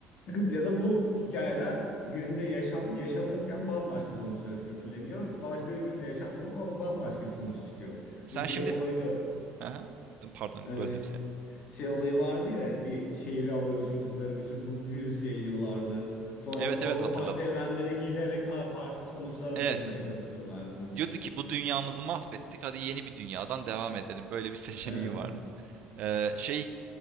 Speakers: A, on the left; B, on the right.
A: Ya da bu hikayeler birinde yaşan, yaşanırken bambaşka sonuçlar şekilleniyor. Başka birinde yaşandığında bam- bambaşka bir sonuç çıkıyor.
B: Sen
A: Bu şey
B: şimdi...
A: olayı da
B: Aha. Pardon,
A: e,
B: böldüm seni.
A: şey olayı vardı ya bir şehri havaya uçurdukları bütün bu virüs yayıyorlardı. Sonrasında
B: Evet evet
A: orada
B: hatırladım.
A: farklı evrenlere giderek a, farklı sonuçlar
B: Evet.
A: bulmaya çalışıyorlardı bir noktada.
B: Diyordu ki bu dünyamızı mahvettik. Hadi yeni bir dünyadan devam edelim. Böyle bir <laughs> seçeneği
A: Evet.
B: vardı. Ee, şey